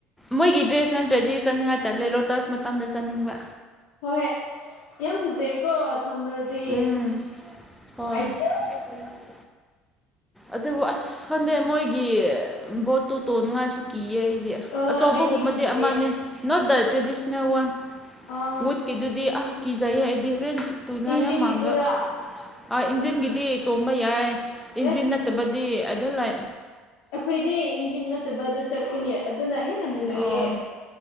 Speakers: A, in the centre; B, on the left.
A: ꯃꯣꯏꯒꯤ ꯗ꯭ꯔꯦꯁ ꯅꯠꯇ꯭ꯔꯗꯤ ꯆꯠꯅꯤꯡꯉꯥꯏꯇꯜꯂꯦ ꯂꯣꯇꯁ ꯃꯇꯝꯗ ꯆꯠꯅꯤꯡꯕ
B: ꯍꯣꯏ ꯍꯣꯏ ꯌꯥꯝ ꯐꯖꯩꯀꯣ ꯊꯝꯕꯗꯤ
A: ꯎꯝ ꯍꯣꯏ
B: ꯑꯥꯏ ꯁꯇꯤꯜ
A: <unintelligible> ꯑꯗꯨꯕꯨ ꯑꯁ ꯈꯪꯗꯦ ꯃꯣꯏꯒꯤ ꯕꯣꯠꯇꯨ ꯇꯣꯡꯅꯤꯡꯉꯥꯏꯁꯨ ꯀꯤꯌꯦ ꯑꯩꯗꯤ
B: ꯑ
A: ꯑꯆꯧꯕꯒꯨꯝꯕꯗꯤ
B: ꯑꯩꯗꯤ ꯀꯤꯗꯦ
A: ꯑꯃꯅꯦ note the traditional one
B: ah
A: with ꯀꯤꯗꯨꯗꯤ ꯑꯍꯥ ꯀꯖꯩꯌꯦ ꯑꯩꯗꯤ ꯍꯣꯔꯦꯟ ꯇꯨꯅꯤꯡꯉꯥꯏ
B: ꯏꯟꯖꯤꯡꯒꯤꯗꯨꯔꯥ
A: ꯌꯥꯝ ꯃꯥꯟꯕ ꯑꯥ ꯏꯟꯖꯤꯟꯒꯤꯗꯤ ꯇꯣꯡꯕ ꯌꯥꯏ
B: ꯑꯦ
A: ꯏꯟꯖꯤꯟ ꯅꯠꯇꯕꯗꯤ ꯑꯗꯨ ꯂꯥꯏ
B: ꯑꯩꯈꯣꯏꯗꯤ ꯏꯟꯖꯤꯡ ꯅꯠꯇꯕ ꯑꯗꯨ ꯆꯠꯄꯅꯦ ꯑꯗꯨꯅ ꯍꯦꯟꯅ ꯅꯨꯡꯉꯥꯏꯌꯦ
A: ꯑꯣ